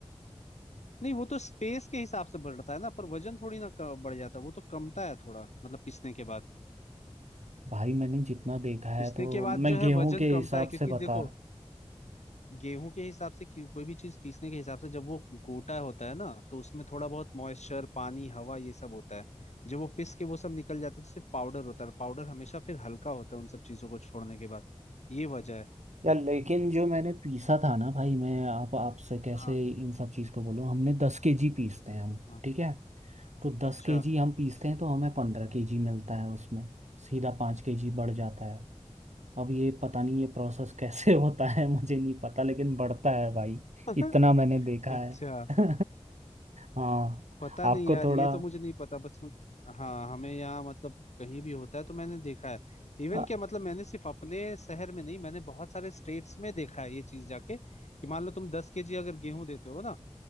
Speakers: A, on the left; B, on the right.
A: नहीं वो तो स्पेस के हिसाब से बढ़ता है ना पर वजन थोड़ी ना क- बढ़ जाता वो तो कमता है थोड़ा मतलब पिसने के बाद
B: भाई मैंने जितना देखा है
A: पिसने
B: तो
A: के बाद
B: मैं
A: जो है
B: गेहूं
A: वजन
B: के
A: कमता
B: हिसाब
A: है क्योंकि
B: से बता
A: देखो
B: रहा
A: गेहूं के हिसाब से कि- कोई भी चीज पीसने के हिसाब से जब वो गोटा होता है ना तो उसमें थोड़ा बहुत मॉइस्चर पानी हवा ये सब होता है जब वो पिस के वो सब निकल जाता है तो सिर्फ पाउडर होता है पाउडर हमेशा फिर हल्का होता है उन सब चीजों को छोड़ने के बाद ये वजह है
B: यार लेकिन जो मैंने पीसा था ना भाई मैं आप आपसे कैसे
A: हाँ
B: इन सब चीज़ को बोलूं हमने दस केजी पीसते हैं हम
A: हाँ
B: ठीक है तो दस
A: अच्छा
B: केजी हम पीसते हैं तो हमें पंद्रह केजी मिलता है उसमें सीधा पाँच केजी बढ़ जाता है अब ये पता नहीं ये प्रोसेस कैसे <laughs> होता है मुझे नहीं पता लेकिन बढ़ता है भाई
A: <laughs>
B: इतना मैंने देखा
A: अच्छा
B: है <laughs> हाँ
A: पता नहीं
B: आपको
A: यार
B: थोड़ा
A: ये तो मुझे नहीं पता बस मुझे हाँ हमें यहाँ मतलब कहीं भी होता है तो मैंने देखा है
B: हाँ,
A: इवन क्या मतलब मैंने सिर्फ अपने शहर में नहीं मैंने बहुत सारे स्टेट्स में देखा है ये चीज जाके कि मान लो तुम दस केजी अगर गेहूं देते हो ना